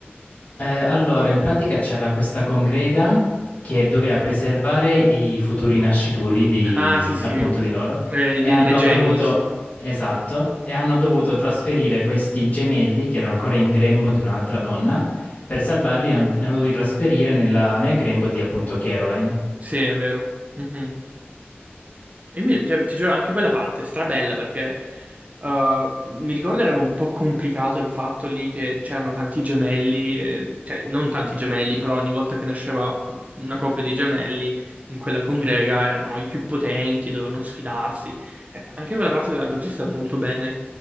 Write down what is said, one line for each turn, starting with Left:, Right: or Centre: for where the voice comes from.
Left: Eh, allora, in pratica c'era questa congrega che doveva preservare i futuri nascituri di,
Right: Ah, sì, sì.
Left: appunto di loro
Right: Eh,
Left: e
Right: di-
Left: hanno
Right: le Gemini,
Left: dovuto,
Right: sì.
Left: esatto, e hanno dovuto trasferire questi gemelli che erano ancora in grembo di un'altra donna, per salvarli li hanno, li hanno dovuti trasferire nella- nel grembo di appunto Caroline.
Right: Sì, è vero. Mhm. E mi- cioè, ti giuro, anche quella parte è strabella perché eh, mi ricordo che era un po' complicato il fatto lì che c'erano tanti gemelli, eh, cioè non tanti gemelli, però ogni volta che nasceva una coppia di gemelli in quella congrega erano i più potenti, dovevano sfidarsi. Eh, anche quella parte l'hanno gestita molto bene